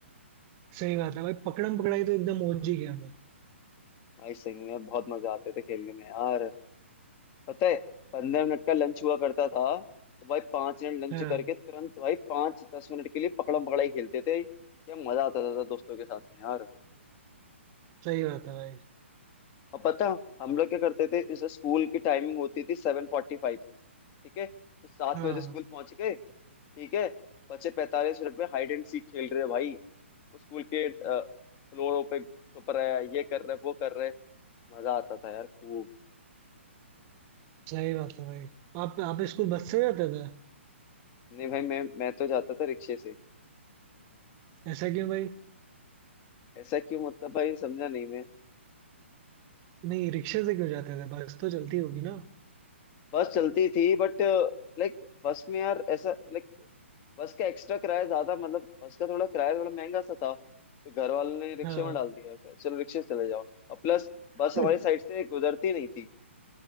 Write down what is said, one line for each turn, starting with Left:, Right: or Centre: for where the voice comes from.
Right: सही बात है भाई पकड़म पकड़ाई तो एकदम ओजी गेम है
Left: भाई सही में बहुत मजा आते थे खेलने में यार पता है पंद्रह मिनट का लंच हुआ करता था तो भाई पांच मिनट लंच
Right: हाँ
Left: करके तुरंत भाई पांच दस मिनट के लिए पकड़म पकड़ाई खेलते थे क्या मजा आता था, था दोस्तों के साथ में यार
Right: सही बात है भाई
Left: और पता हम लोग क्या करते थे जैसे स्कूल की टाइमिंग होती थी सेवन फोर्टी फाइव की ठीक है तो सात
Right: हाँ
Left: बजे स्कूल पहुंच गए ठीक है बचे पैंतालीस मिनट में हाइड एंड सीक खेल रहे भाई स्कूल के फ्लोरों पे छुप रहा है ये कर रहे वो कर रहे मजा आता था यार खूब
Right: सही बात है भाई आप आप स्कूल बस से जाते थे
Left: नहीं भाई मैं मैं तो जाता था रिक्शे से
Right: ऐसा क्यों भाई
Left: ऐसा क्यों मतलब भाई समझा नहीं मैं
Right: नहीं रिक्शे से क्यों जाते थे बस तो चलती होगी ना
Left: बस चलती थी बट लाइक बस में यार ऐसा लाइक बस का एक्स्ट्रा किराया ज्यादा मतलब बस का थोड़ा किराया थोड़ा महंगा सा था तो घर वालों ने रिक्शे
Right: हाँ
Left: में डाल दिया कि चलो रिक्शे से चले जाओ और प्लस बस
Right: <laughs>
Left: हमारी साइड से गुजरती नहीं थी